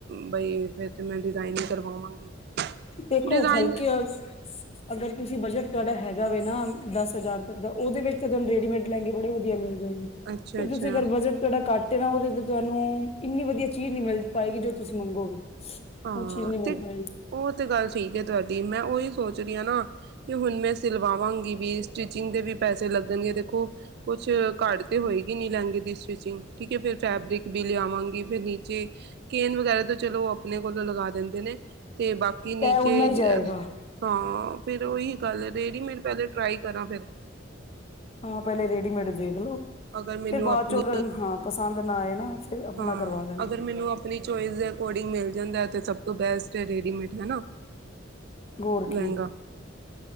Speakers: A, on the right; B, on the left.
A: ਬਈ ਫਿਰ ਤੇ ਮੈਂ ਡਿਜ਼ਾਇਨ ਈ ਕਰਵਾਵਾਂਗੀ।
B: ਦੇਖੋ,
A: ਡਿਜ਼ਾਇਨ
B: ਹਲਕੇ ਹੋਸ ਅਗਰ ਤੁਸੀਂ ਬਜਟ ਜਹੜਾ ਹੈਗਾ ਵ ਨਾ, ਦਸ ਹਜ਼ਾਰ ਤੱਕ ਦਾ ਉਹਦੇ ਵਿੱਚ ਤਾਂ ਤੁਹਾਨੂੰ ਰੇਡੀਮੇਡ ਲੈਗੇ ਬੜੇ ਵਧੀਆ ਮਿਲ ਜਾਏਗੀ।
A: ਅੱਛਾ
B: ਫਿਰ
A: ਅੱਛਾ
B: ਤੁਸੀੇ ਅਗਰ ਬਜਟ ਜਿਹੜਾ ਕੱਟ ਹੈ ਨਾ ਉਹਦੇ ਤੇ, ਤੁਹਾਨੂੰ ਇੰਨੀ ਵਧੀਆ ਚੀਜ਼ ਨਹੀਂ ਮਿਲ ਪਾਏਗੀ ਜੋ ਤੁਸੀਂ ਮੰਗੋਗੇ।
A: ਹਾਂ,
B: ਉਹ ਚੀਜ਼ ਨਹੀਂ ਮਿਲ
A: ਤੇ
B: ਪਾਏਗੀ
A: ਉਹ ਤੇ ਗੱਲ ਠੀਕ ਹੈ ਤੁਹਾਡੀ ਮੈਂ ਉਹੀ ਸੋਚ ਰਹੀ ਹਾਂ ਨਾ। ਤੇ ਹੁਣ ਮੈਂ ਸਿਲਵਾਵਾਂਗੀ ਵੀ ਸਟਿਚਿੰਗ ਦੇ ਵੀ ਪੈਸੇ ਲੱਗਣਗੇ ਦੇਖੋ। ਕੁਛ ਘਟ ਤੇ ਹੋਏਗੀ ਨੀ ਲਹਿੰਗੇ ਦੀ ਸਟਿਚਿੰਗ। ਠੀਕ ਹੈ ਫਿਰ ਫੈਬਰਿਕ ਵੀ ਲਿਆਵਾਂਗੀ ਫਿਰ ਨੀਚੇ ਕੇਨ ਵਗੈਰਾ ਤੋਂ ਚਲੋ ਉਹ ਆਪਣੇ ਕੋਲੋਂ ਲਗਾ ਦਿੰਦੇ ਨੇ। ਤੇ ਬਾਕੀ ਨੀਚੇ
B: ਤੈ ਓਨਾ ਹੀ ਜਾਏਗਾ
A: ਹਾਂ, ਫੇਰ ਉਹੀ ਗੱਲ ਰੇਡੀਮੇਡ ਪਹਿਲੇ ਟਰਾਈ ਕਰਾਂ। ਫਿਰ
B: ਹਾਂ, ਪਹਿਲੇ ਰੇਡੀਮੇਡ ਦੇਖਲਓ।
A: ਅਗਰ ਮੈਨੂੰ
B: ਫਿਰ ਬਾਅਦ
A: ਆਪਣੀ
B: ਚੋਂ ਅਗਰ ਹਾਂ, ਪਸੰਦ ਨਾ ਆਏ ਨਾ। ਫਿਰ ਆਪਣਾ
A: ਹਾਂ,
B: ਕਰਵਾ ਲੈਣਾ
A: ਅਗਰ ਮੈਨੂੰ ਆਪਣੀ ਚੋਇਸ ਦੇ ਅਕੋਰਡਿੰਗ ਮਿਲ ਜਾਂਦਾ ਤੇ ਸਭ ਤੋਂ ਬੈਸਟ ਰੇਡੀਮੇਡ ਹੈ।
B: ਹੋਰ
A: ਮਹਿੰਗਾ।
B: ਕੀ